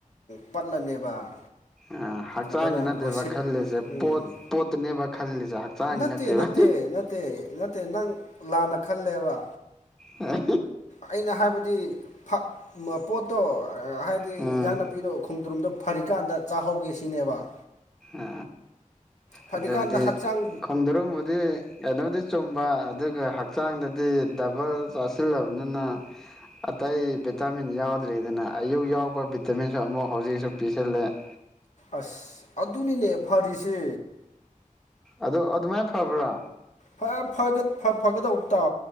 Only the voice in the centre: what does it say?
ꯑ ꯍꯛꯆꯥꯡꯒꯤ
ꯅꯠꯇꯦꯕ
ꯈꯜꯂꯤꯁꯦ
ꯄꯣꯠ ꯄꯣꯠꯇꯅꯦꯕ ꯈꯜꯂꯤꯁꯦ ꯍꯛꯆꯥꯡꯒꯤ
ꯅꯠꯇꯦꯕ
ꯍꯥꯏ
ꯎꯝ
ꯑ
ꯑꯗꯨꯕꯨꯗꯤ
ꯈꯣꯡꯗꯣꯔꯨꯝꯕꯨꯗꯤ ꯀꯩꯅꯣꯗꯤ ꯆꯨꯝꯕ ꯑꯗꯨꯒ ꯍꯛꯆꯥꯡꯗꯗꯤ ꯗꯕꯜ ꯆꯥꯁꯤꯜꯂꯕꯅꯤꯅ ꯑꯇꯩ ꯚꯤꯇꯥꯃꯤꯟ ꯌꯥꯎꯗ꯭ꯔꯦꯗꯅ ꯑꯌꯨꯛ ꯌꯥꯎꯔꯛꯄ ꯚꯤꯇꯥꯃꯤꯟꯁꯨ ꯑꯃꯨꯛ ꯍꯧꯖꯤꯛꯁꯨ ꯄꯤꯁꯤꯜꯂꯦ <inaudible>
ꯑꯗꯣ ꯑꯗꯨꯃꯥꯏꯅ ꯐꯕ꯭ꯔꯥ